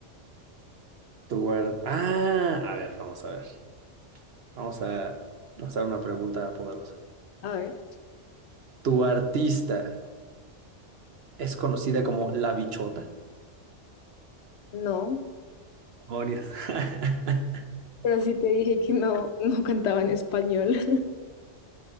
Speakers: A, on the right; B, on the left.
A: Tu ar- Ah, a ver, vamos a ver. Vamos a lanzar una pregunta poderosa.
B: A ver,
A: ¿Tu artista es conocida como La Bichota?
B: no.
A: Demonios. <laughs>
B: Pero sí te dije que no, no cantaba en español.